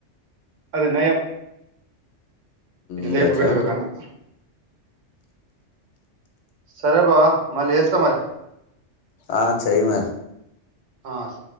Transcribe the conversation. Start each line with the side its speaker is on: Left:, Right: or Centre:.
Right: అది నయం ఇటు
Left: ఇంగ
Right: లేపి
Left: అట్లే
Right: పెట్టుడు
Left: ఉంటది
Right: కన్నా సరే బావా మళ్ళీ చేస్తా మరి
Left: ఆ చెయ్ మ
Right: ఆ స